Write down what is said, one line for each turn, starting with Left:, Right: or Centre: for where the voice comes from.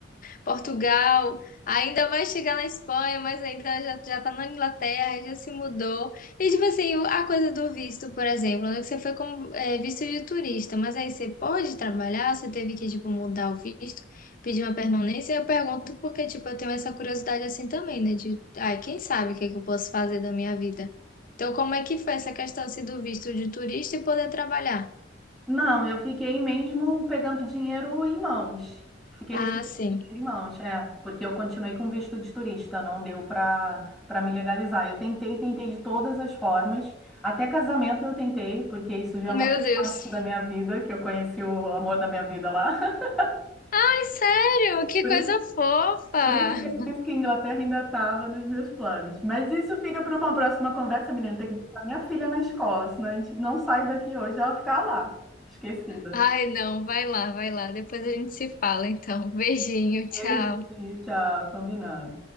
Left: Portugal, ainda vai chegar na Espanha, mas ainda já, já tá na Inglaterra, já se mudou. E tipo assim, o- a coisa do visto, por exemplo, né, que você foi como é, visto de turista, mas aí você pode trabalhar, você teve que tipo mudar o visto, pedir uma permanência. Eu pergunto porque tipo eu tenho essa curiosidade assim também, né? De, ai, quem sabe o que que eu posso fazer da minha vida? Então, como é que foi essa questão assim, do visto de turista e poder trabalhar?
Centre: Não, eu fiquei mesmo pegando dinheiro em mãos. Fiquei
Left: Ah,
Centre: recebendo
Left: sim.
Centre: dinheiro em mãos, é, porque eu continuei com visto de turista, não deu para para me legalizar. Eu tentei, tentei de todas as formas, até casamento eu tentei, porque isso já é
Left: Meu
Centre: uma
Left: Deus.
Centre: parte da minha vida, que eu conheci o amor da minha vida lá. <laughs>
Left: Ai, sério? Que
Centre: Por
Left: coisa
Centre: isso,
Left: fofa!
Centre: por isso que eu disse que a Inglaterra ainda estava nos meus planos. Mas isso fica para uma próxima conversa, menina. Tem que buscar minha filha na escola, senão a gente não sai daqui hoje, ela ficar lá, esquecida.
Left: Ai, não, vai lá, vai lá. Depois a gente se fala, então. Beijinho, tchau.
Centre: Beijinho, tchau, combinado.